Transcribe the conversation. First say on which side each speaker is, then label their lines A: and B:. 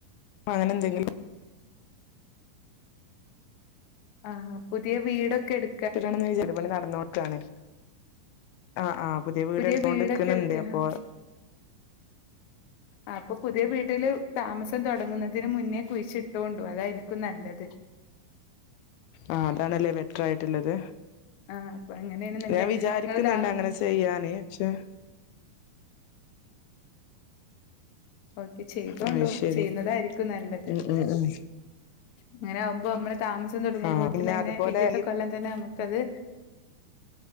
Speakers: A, on the left; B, on the left.
A: അങ്ങനെ എന്തെങ്കിലും
B: ആഹ് പുതിയ വീടൊക്കെ എട്
A: ത്ത് ഇടെണംന്ന് വിചാ വീട് പണി നട്ന്നോക്കാണ് ആഹ് ആഹ് പുതെ വീട്
B: പുതിയ
A: എട്ത്തൊണ്ട്
B: വീടൊക്കെ
A: ഇക്ക്ണ്
B: എടുക്ക
A: ഇണ്ട് അപ്പൊ
B: ആഹ് ആഹ് അപ്പൊ പുതെ വീട്ട്ൽ താമസം തൊടങ്ങ്ന്നതിന് മുന്നെ കുഴിച്ച് ഇട്ടൊണ്ടു അതായിരിക്കും നല്ലത്
A: ആഹ് അതാണ് അല്ലെ ബെറ്റർ ആയിട്ട് ഇള്ളെത്
B: ആഹ് അപ്പൊ അങ്ങനെയാണെന്നുണ്ടെ
A: ഞാൻ വിചാരിക്ക്ന്ന്ണ്ട്
B: നിങ്ങള് താമ
A: അങ്ങനെ ചെ ചെയ്യാന് ക്ഷെ
B: ഓക്കെ ചെയ്തോണ്ടു
A: അത് ശരി
B: ചെയ്യ്ന്നതായിരിക്കും നല്ലത്
A: ഉം ഉം ഉം
B: അങ്ങനെ ആവുമ്പം അമ്മളെ താമസം തൊട്ങ്ങുമ്പോത്തിനെന്നെ
A: ആഹ് പിന്നെ അതുപോലെ
B: പിറ്റെത്തെ കൊല്ലം തെന്നെ നമ്മുക്ക് അത്